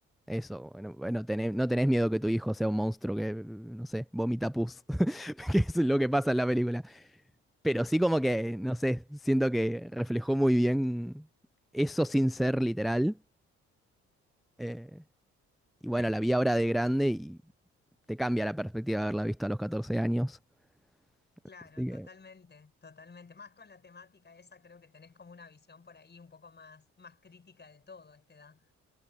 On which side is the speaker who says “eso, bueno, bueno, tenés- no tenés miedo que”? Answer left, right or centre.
Centre